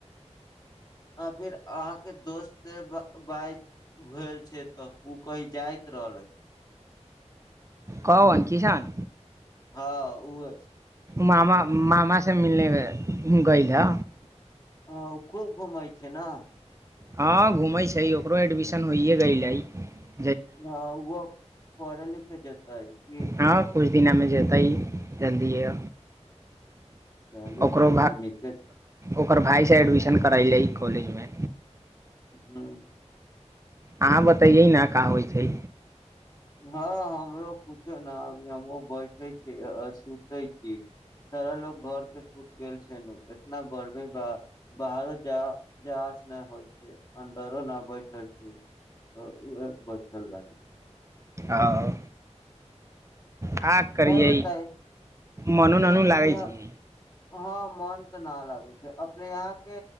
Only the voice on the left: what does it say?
आ फिर अहाँके दोस्तसँ ब बाईत भेल छै तऽ ओ कही जाइत रहलै
हँ ओह
ह ओ खूब घुमै छै ने
हँ ओहो पढ़ लिख छै त
चलू
तब तऽ नीके छै
हँ
हँ हमरो कुछो न अभी हम बैठे छी आ सुतै छी सारा ल लोकग घरके सुूत गेल छै एतना गर्मेे ब बाहरो जा जा नहि होइ अन्दरो न बैठ छी बथरब
आओर बताई
अपने
यहाँ
हँ मन तऽ न लगै छै अपने यहाँ के